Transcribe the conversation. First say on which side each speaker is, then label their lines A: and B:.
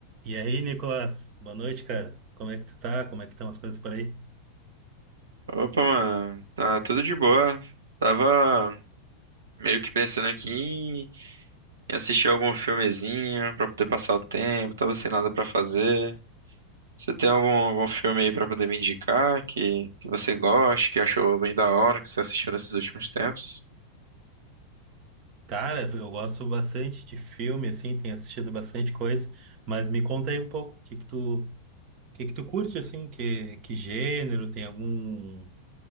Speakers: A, on the right (about 40°); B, on the right (about 65°).
A: E aí, Nicolas? Boa noite, cara. Como é que tu tá? Como é que estão as coisas por aí?
B: Opa, mano, tá tudo de boa. Tava meio que pensando aqui em assistir algum filmezinho pra poder passar o tempo, tava sem nada pra fazer. Você tem algum, algum filme aí pra poder me indicar que, que você goste, que achou bem da hora, que você assistiu nesses últimos tempos?
A: Cara, eu gosto bastante de filme, assim, tenho assistido bastante coisa, mas me conta aí um pouco, o que que tu, o que que tu curte, assim, que, que gênero, tem algum,